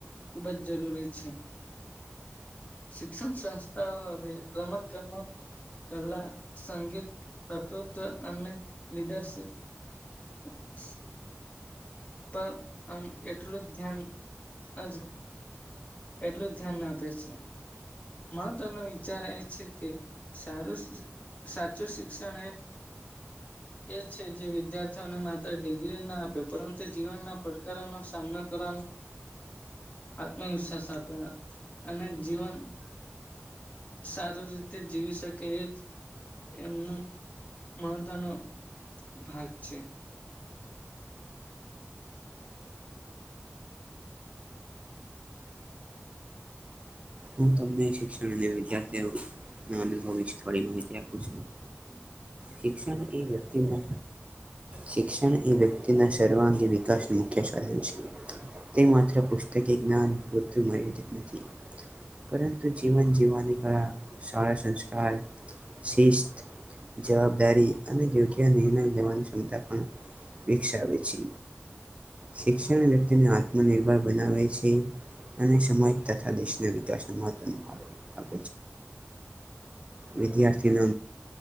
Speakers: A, on the left; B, on the right.
A: ખુબ જ જરૂરી છે. શિક્ષણ સંસ્થાઓ હવે રમત ગમ કલા સંગીત પ્રકૃતવ અને લીડરશીપ <inaudible> પર એટલું જ ધ્યાન જ એટલું જ ધ્યાન ના આપે છે. મા તમે વિચાર એ છે કે સારું સાચું શિક્ષણ એ એ છે જે વિદ્યાર્થીઓને માત્ર ડિગ્રી ના આપે પરંતુ જીવનના પડકારોનોો સામનો કરવાનો આત્મવિશ્વાસ આપ્યા અને જીવન સારો રીતે જીવી શકે એજ્ એમનો મહત્વનો ભાગ છે.
B: હું તમને શિક્ષણ અને વિદ્યાર્થીઓ ના અનુભવ વિશે થોડી માહિતી આપું છું.
A: હમ <unintelligible>
B: શિક્ષણ એ વ્યક્તિ ન શિક્ષણ એ વ્યક્તિના સર્વાંગી વિકાસનું મુખ્ય સાધન છે તે માત્ર પુસ્તકે જ્ઞાન પૂરતું મર્યાત નથી પરંતુ જીવન જીવાની કળા સળા સંસ્કાર શિસ્ત જવાબદારી અને યોગ્ય નિર્ણય લેવાની ક્ષમતા પણ વિકસાવે છે શિક્ષણ વ્યક્તિને આત્મનિર્ભર બનાવે છે અને સમાજ તથા દેશના <unintelligible> વિધાથી આપ વિદ્યાર્થીનુ